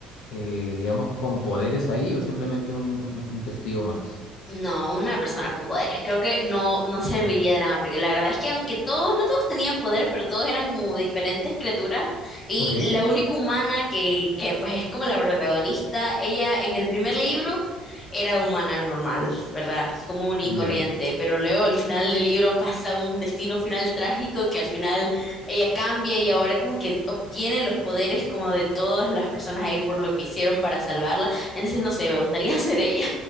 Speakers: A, on the left; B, on the left.
A: eh, digamos, con poderes ahí o simplemente un, un- un testigo más?
B: No, una persona con poderes. Creo que no, no serviría de nada, porque la verdad es que aunque todos, no todos tenían poderes, pero todos eran como diferentes criaturas, y
A: Ok.
B: la única humana que, que pues es como la protagonista, ella en el primer libro era humana normal, ¿verdad? Común y corriente,
A: Ya.
B: pero luego al final del libro pasa un destino final trágico que al final ella cambia y ahora como que obtiene los poderes como de todas las personas ahí por lo que hicieron para salvarla. Entonces, no sé, me gustaría <laughs> ser ella.